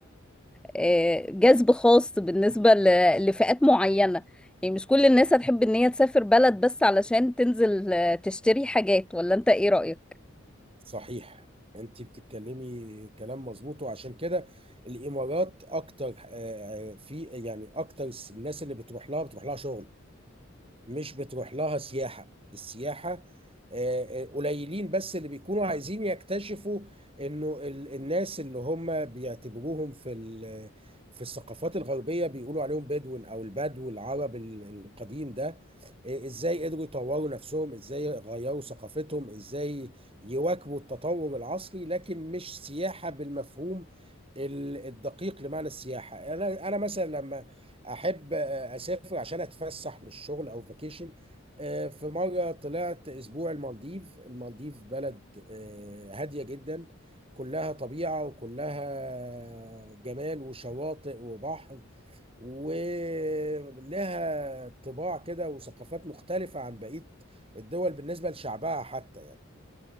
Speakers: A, in the centre; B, on the right.
A: آه، جذب خاص بالنسبة ل- لفئات معينة يعني مش كل الناس هتحب إن هي تسافر بلد بس علشان تنزل آه، تشتري حاجات ولا أنت إيه رأيك؟
B: صحيح أنت بتتكلمي كلام مظبوط وعشان كده الإمارات أكتر آه، آه، في يعني أكتر الناس اللي بتروح لها بتروح لها شغل مش بتروح لها سياحة السياحة آه، آه، قليلين بس اللي بيكونوا عايزين يكتشفوا انه ال- الناس اللي هم بيعتبروهم في ال- في الثقافات الغربية بيقولوا عليهم بدون او البدو العرب ال- القديم ده آه، ازاي قدروا يطوروا نفسهم ازاي غيروا ثقافتهم ازاي يواكبوا التطور العصري لكن مش سياحة بالمفهوم ال- الدقيق لمعنى السياحة انا انا مثلا لما احب آه، اسافر عشان اتفسح من الشغل او فاكيشن آه، في مره طلعت اسبوع المالديف المالديف بلد آه، هاديه جدا كلها طبيعه وكلها جمال وشواطئ وبحر ولها طباع كده وثقافات مختلفه عن بقيه الدول بالنسبه لشعبها حتى يعني